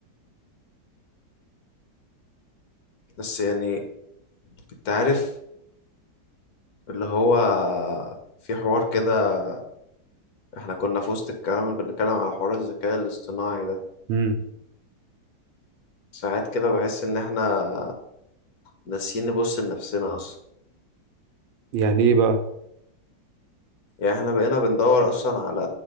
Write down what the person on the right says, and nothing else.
امم
يعني ايه بقى